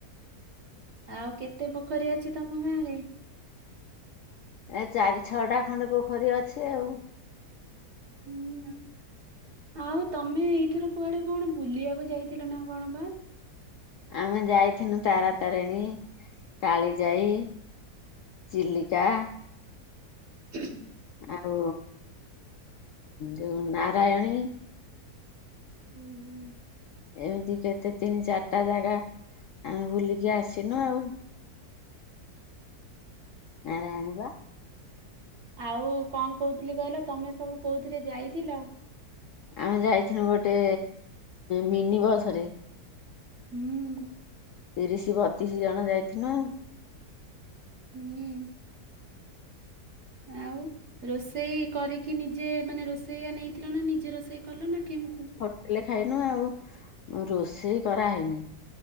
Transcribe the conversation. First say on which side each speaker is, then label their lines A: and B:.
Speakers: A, on the right; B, on the left.
A: ଆଉ କେତେ ପୋଖରୀ ଅଛି ତମ ଗାଁରେ।
B: ଏ ଚାରି ଛଅଟା ଖଣ୍ଡେ ପୋଖରୀ ଅଛି ଆଉ।
A: ହୁଁ। ଆଉ ତମେ ଏଇଥର କୁଆଡେ କଣ ବୁଲିବାକୁ ଯାଇଥିଲ ନା କଣ ବା।
B: ଆମେ ଯାଇିନୁ ତାରାତାରିଣୀ କାଳି ଯାଇ। ଚିଲିକା।
A: ହ
B: ଆଉ ଯୋଉ ନାରାୟଣୀ।
A: ଉୁଁ ହୁଁ।
B: ଏମିତି କେତେ ତିନି ଚାରିଟା ଜାଗା ଆମେ ବୁଲିକି ଆସିନୁ ଆଉ। ଆରେ ଆଣିବା।
A: ଆଉ କଣ କହୁଥିଲି କହିଲ ତମେ ସବୁ କୋଉଥିରେ ଯାଇଥିଲ।
B: ଆମେ ଯାଇଥିଲୁ ଗୋଟେ ମିନି ବସ୍ ରେ।
A: ହୁଁ।
B: ତିରିଶି ବତିଶି ଜଣ ଯାଇଥିନୁ ଆଉ।
A: ହୁଁ। ଆଉ ରୋଷେଇ କରିକି ନିଜେ ମାନେ ରୋଷେଇଆ ନେଇ ଥିଲ ନା ନିଜେ ରୋଷେଇ କଲ ନା କେମିତି
B: ହେଲେ ଖାଇନୁଆଉ ରୋଷେଇ କରାହେଇନି